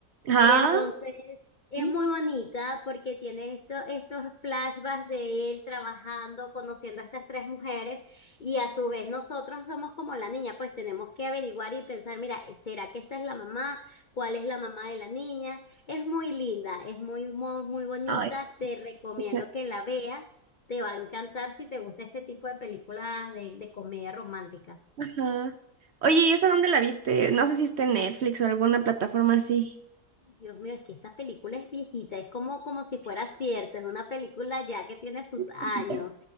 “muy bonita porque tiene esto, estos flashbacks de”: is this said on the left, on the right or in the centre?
Left